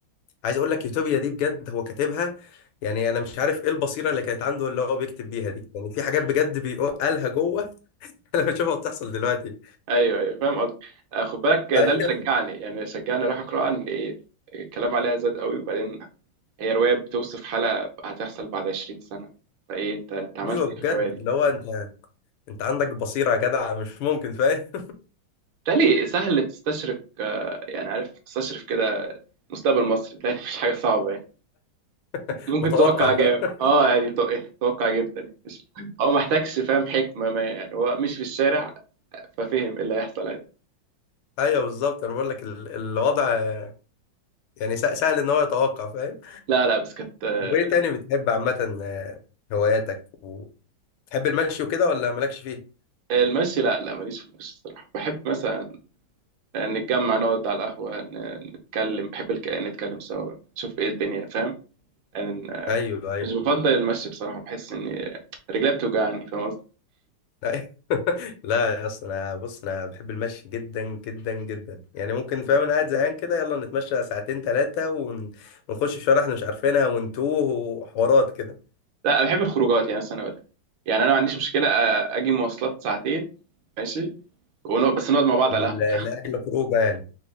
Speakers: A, on the left; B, on the right.
A: عايز اقول لك يوتوبيا دي بجد هو كاتبها يعني انا مش عارف ايه البصيره اللي كانت عنده اللي هو بيكتب بيها دي يعني في حاجات بجد بيقالها جوه <laughs> انا بشوفها بتحصل دلوقتي
B: أيوة أيوة فاهم قصدك آه، خد بالك ده
A: ايوه
B: اللي شجعني يعني شجعني أروح أقرأها إن إيه، الكلام عليها زاد قوي وبعدين هي رواية بتوصف حالة هتحصل بعد 20 سنة فإيه أنت أنت عملت
A: ايوه بجد
B: إيه في الرواية دي؟
A: اللي هو انت انت عندك بصيره يا جدع مش ممكن فاهم
B: بتهيألي سهل تستشرف آه، يعني عارف تستشرف كده مستقبل مصر بتهيألي مش حاجة صعبة يعني
A: <laughs>
B: ممكن
A: متوقع
B: تتوقع جامد
A: فاهم
B: اه يعني تو- إيه، تتوقع جدا يعني مش هو محتاجش فاهم حكمة ما يعني هو مش في الشارع ففهم ايه اللي هيحصل عادي
A: ايوه بالظبط انا بقول لك ال- الوضع آه، يعني سه- سهل ان هو يتوقع فاهم
B: لا لا بس كانت آه،
A: وايه تاني بتحب عامه آه، هواياتك تحب المشي وكده ولا مالكش فيه
B: المشي لا لا ماليش في المشي الصراحة بحب مثلا آه، نتجمع نقعد على القهوة ن- نتكلم بحب الك... نتكلم سوا نشوف ايه الدنيا فاهم يعني آه،
A: ايوه ايوه
B: مش بفضل المشي بصراحة بحس اني رجلي بتوجعني فاهم قصدي
A: لا <laughs> لا يا اسطى انا بص انا بحب المشي جدا جدا جدا يعني ممكن فاهم انا قاعد زهقان كده يلا نتمشى ساعتين ثلاثه ونخش في شوارع احنا مش عارفينها ونتوه وحوارات كده
B: لا بحب الخروجات يعني مثلا اقول لك يعني انا ما عنديش مشكلة أ- اجي مواصلات ساعتين ماشي ونو... بس نقعد مع بعض
A: ل-
B: على القهوة
A: لاجل خروجه يعني